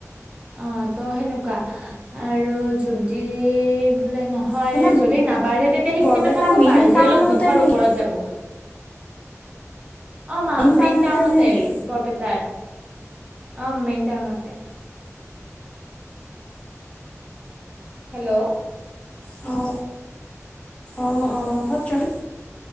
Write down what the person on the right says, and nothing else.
অ', ত' সেনেকুৱা। আৰু যদি বোলে নহয়,
যদি নাবাঢ়ে, তেতিয়া সেইখিনিমান
থাকক
বাঢ়লি
অলপ দুখ খৰ
ওপৰত যাব। অ',
মা-মেইন টাউনতে
বৰপেটাৰ। অ', মেইন টাউনতে। হেল্ল'!